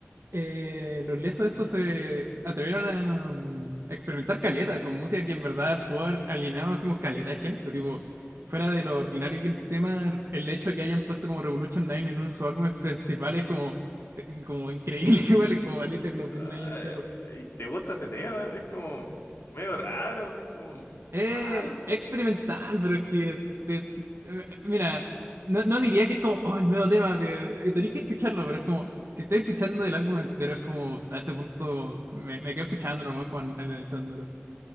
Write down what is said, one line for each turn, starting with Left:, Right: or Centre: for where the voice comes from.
Right: Eh, los lesos esos se atrevieron a, mm, a experimentar caleta con música que en verdad pudo haber alienado así como caleta de gente, tipo, fuera de lo ordinario que el tema, er, el hecho de que hayan puesto como Revolution Nine en uno de sus álbumes principales como, te- como increíble <laughs> igual, como el hecho de que los
Left: ah,
Right: Beatles hayan hecho eso.
Left: y ¿te gusta ese tema? Es como medio raro, es como
Right: Es
Left: malo.
Right: experimental, pero es que te- eh, mira, no, no diría que es como, oh, el nuevo tema, te, tenés que escucharlo, pero es como, si estoy escuchando el álbum entero, es como, a ese punto me, me quedo escuchando nomás con, analizándolo.